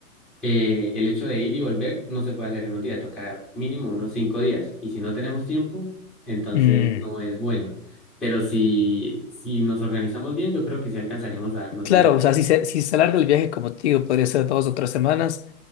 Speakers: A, in the centre; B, on the left.
A: eh, el hecho de ir y volver no se puede hacer en un día, toca mínimo unos cinco días. Y si no tenemos tiempo, entonces
B: Mm,
A: no es bueno. Pero si, si nos organizamos bien, yo creo que sí alcanzaremos a darnos
B: claro,
A: un viaje.
B: o sea, si se, si se alarga el viaje, como te digo, podría ser dos o tres semanas.